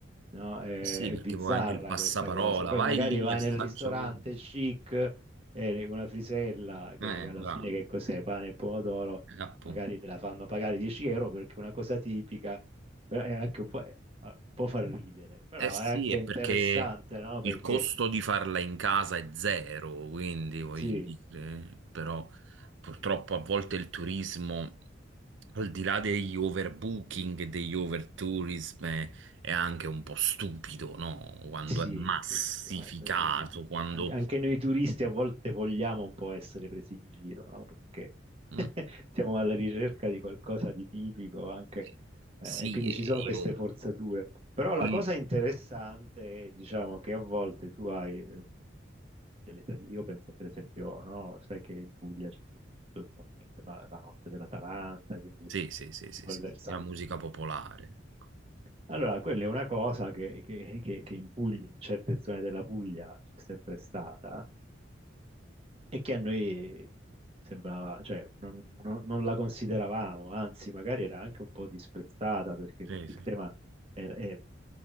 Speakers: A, on the right; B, on the right.
A: no? È,
B: Eh sì,
A: è
B: perché
A: bizzarra
B: poi anche il passaparola,
A: questa cosa. Poi
B: vai
A: magari
B: lì,
A: vai
B: assaggia
A: nel ristorante
B: quello.
A: chic e una frisella che
B: Eh,
A: alla
B: bravo,
A: fine che cos'è? Pane e pomodoro,
B: eh, appunto.
A: magari te la fanno pagare 10 euro perché è una cosa tipica, però è anche un po', eh, può far ridere, però
B: Eh sì,
A: è anche
B: è
A: interessante,
B: perché
A: no?
B: il
A: Perché
B: costo di farla in casa è zero, quindi voglio
A: sì,
B: dire, però purtroppo a volte il turismo, al di là degli overbooking e degli overtourism, è, è anche un po' stupido, no? Quando
A: Sì,
B: è massificato,
A: sì, sì, ma noi- noi-
B: quando...
A: an- anche noi turisti a volte vogliamo un po' essere presi in giro, no? Perché
B: Mm,
A: <laughs> siamo alla ricerca di qualcosa di tipico anche,
B: eh,
A: eh,
B: sì,
A: e quindi
B: eh,
A: ci sono
B: io...
A: queste forzature. Però la
B: il-
A: cosa interessante è, diciamo, che a volte tu hai eh, delle tradizioni. Io penso, per esempio, no? Sai che in Puglia c'è stato tutto il movimento, la, la notte della Taranta, quindi
B: Sì, sì, sì, sì,
A: quel
B: sì,
A: versante
B: sì, la musica
A: lì.
B: popolare. ecco.
A: Allora, quella è una cosa che, che- che- che in Puglia, in certe zone della Puglia c'è sempre stata, e che a noi sembrava, cioè non, non- non la consideravamo, anzi magari era anche un po' disprezzata perché tutto
B: Sì, sì.
A: il tema è, è-